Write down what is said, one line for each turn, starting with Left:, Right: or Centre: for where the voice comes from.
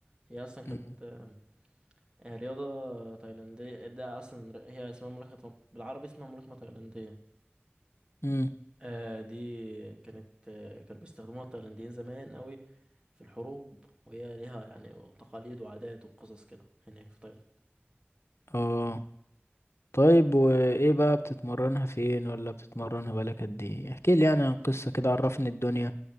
Right: هي أصلا كانت
Left: مم.
Right: آه، رياضة تايلاندية ده أصلا ر- هي اسمها ملاكمة بالعربي اسمها ملاكمة تايلاندية
Left: مم.
Right: آه دي كانت آه كانوا بيستخدموها التايلانديين زمان قوي في الحروب وهي ليها يعني تقاليد وعادات وقصص كده هناك في تايلاند
Left: اه طيب وايه بقى بتتمرنها فين ولا بتتمرنها بقالك قد ايه احكي لي يعني عن قصة كده عرفني الدنيا